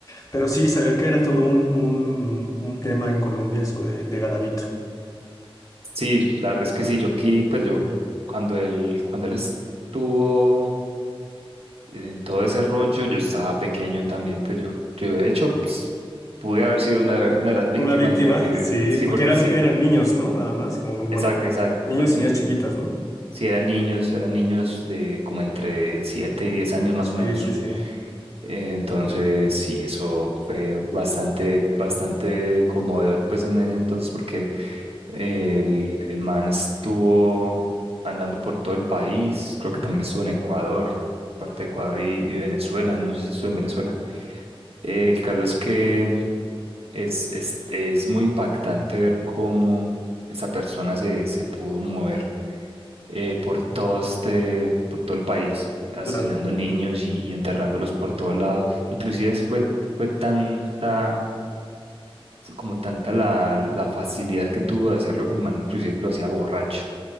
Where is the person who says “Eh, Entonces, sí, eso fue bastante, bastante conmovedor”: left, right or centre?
Right